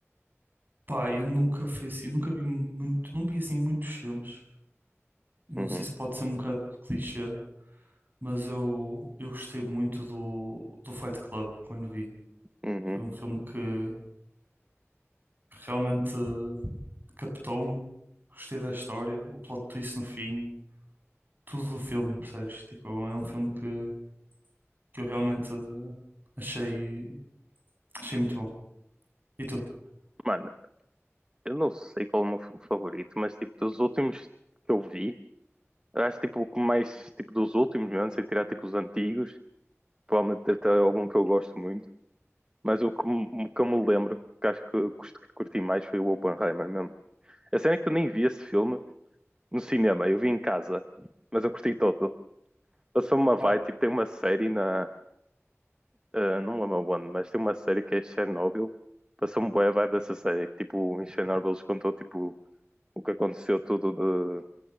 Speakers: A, on the right (about 40°); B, on the right (about 20°).
A: Pá, eu nunca fui assim, eu nunca vi muito, não vi assim muitos filmes. E não
B: Uhum.
A: sei se pode ser um bocado clichê, Mas eu, eu gostei muito do, do Fight Club quando vi.
B: Uhum.
A: Foi um filme que realmente eh, captou-me. Gostei da história, o plot twist no fim, tudo do filme, percebes? Tipo, é um filme que, que eu realmente eh, achei, achei muito bom. E tu?
B: Mano, eu não sei qual é o meu filme favorito, mas, tipo, dos últimos que eu vi... Eu acho tipo o que mais tipo dos últimos, mesmo, sem tirar tipo os antigos, provavelmente deve algum que eu gosto muito, mas o que, me- o que eu me lembro, que acho que eu cust- que curti mais foi o Oppenheimer mesmo. A cena é que eu nem vi esse filme no cinema, eu vi em casa, mas eu curti todo. Passou-me uma
A: Olha,
B: vibe, tipo, tem uma série na. eh, não lembro onde, mas tem uma série que é Chernobyl. Passou-me boa a vibe dessa série, que tipo, em Chernobyl eles contou tipo o que aconteceu tudo de-